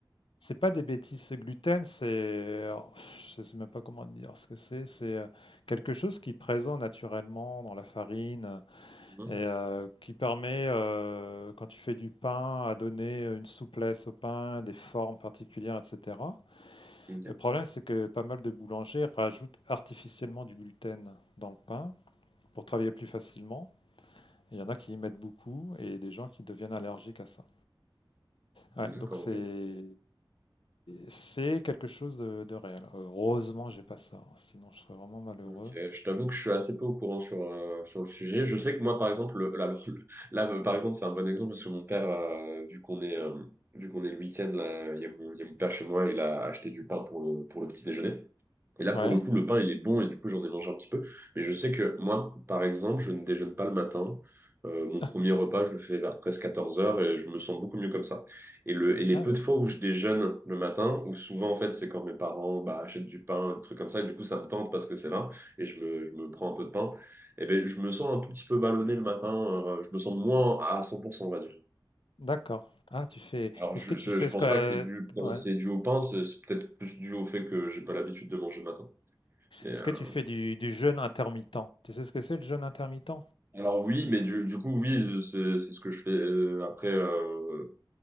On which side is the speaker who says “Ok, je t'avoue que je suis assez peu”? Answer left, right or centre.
Right